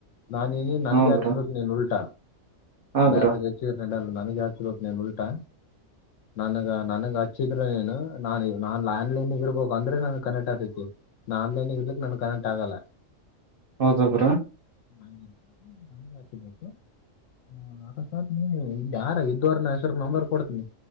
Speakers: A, on the left; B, on the right.
A: ನಾನ ನ
B: ಹಾ ಬ್ರೋ
A: ಚ ಬಕ ನೀ ಉಳ್ಳಾಟ
B: ಹಾ
A: ಬೇರೆ
B: ಬ್ರೋ
A: ಜೊತೆ ಇದ್ರೆ ನಡಿಯಲ್ಲ ನನಗ ಹಚ್ಬಬೇಕು ನೀನ್ ಉಲ್ಟಾ ನನ್ಗ ನನ್ಗ ಹಚ್ಚಿದ್ರೆ ನೀನು ನಾ ನಾನ್ ಆನ್ಲೈನ್ಗ ಇರ್ಬೇಕಕ್ ಅಂದ್ರೆ ನನ್ಗ್ ಕನೆಕ್ಟ್ ಆತೈತಿ ನಾ ಆನ್ಲೈನ್ಗ ಇರ್ಲಿಕ್ ನನ್ ಕನೆಕ್ಟ್ ಆಗಲ್ಲ
B: ಹೌದ ಬ್ರಾ
A: <unintelligible> ಹ್ಮ ನಗೆ ಆತಬೇಕು ಹ್ಮ ಆ ಸರ್ ಹ್ಮ್ ಇದ ಯಾರ ಇದ್ವರ ನ ಹೆಸರು ನಂಬರ್ ಕೊಡ್ತನಿ